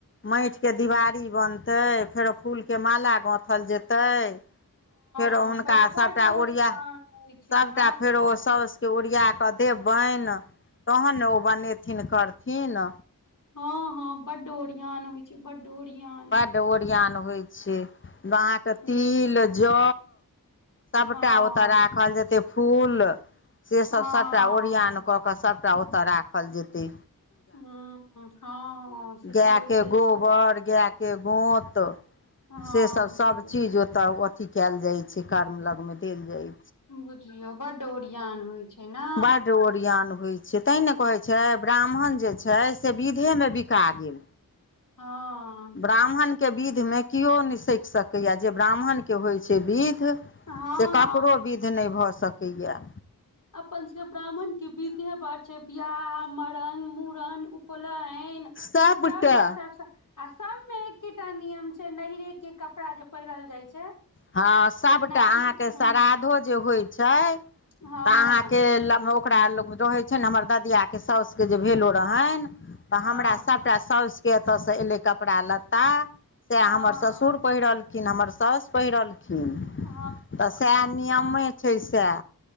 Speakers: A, on the left; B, on the left.
A: माइत केँ दीवारी बनतै फेरो फूल केँ माला गाथल जेतै फेरो
B: हँ
A: हुनका
B: बड बड
A: सभटा
B: ओरियान
A: ओरिया
B: होइ छै
A: सभटा
B: ने
A: फेरो साउस केँ ओरिया कऽ देबैन तहन नऽ ओ बनेथिन करथिन
B: हँ -हँ बड्ड ओरियान होइ छै बड्ड ओरियन
A: ओरियन होइ छै अहाँ कऽ
B: ह
A: तिल जौ सबटा
B: हँ
A: ओतय राखल जेते फूल से सभ
B: हँ
A: सभटा ओरियन कऽ कऽ सभटा ओतऽ राखल जेतै
B: हुँ - हँ से तऽ
A: गाय
B: होइते
A: केँ गोबर
B: छै
A: गाय केँ गोत
B: हँ
A: से सब
B: बुझलियै
A: सबचीज ओतऽ अथी कैल जाय छै कर्म लग मऽ देल जाय
B: बुझियौ बड्ड ओरियान होइ छै ने
A: बड्ड ओरियान होइ छै से तैहि नऽ कहै छै ब्राह्मण जे छै से विधेमे बिका गेल
B: हँ
A: ब्राह्मण केँ विधमे केओ मय सकि सकैए जे ब्राह्मण केँ होइ छै विध
B: हँ
A: से ककरो विधि नय भऽ सकै यऽ
B: अपन सबक ब्राह्मण केँ बिछे बड़ छै बियाह मरन मुूड़न उपनयन
A: सभटा
B: सबमे एक तरफ सँ आ सब मे एकेटा नियम छै नहीरे केँ कपड़ा जे पहिरल जाय छै
A: हँ सभटा
B: जेनाकि
A: अहाँकेँ श्रधो
B: हँ
A: जे होइ छै
B: हँ
A: तऽ अहाँकेँ ओकरा लग रहै छै ने हमर ददिये साउासुके जे भेलो रहनि तऽ
B: हँ
A: हमरा सबटा साउासस के एत से एले कपड़ा लत्ता से हमर
B: हँ
A: ससुर पहिरलखिन हमर साउस पहिरलखिन
B: हँ
A: तऽ सएह नियमे
B: हँ
A: छै सएह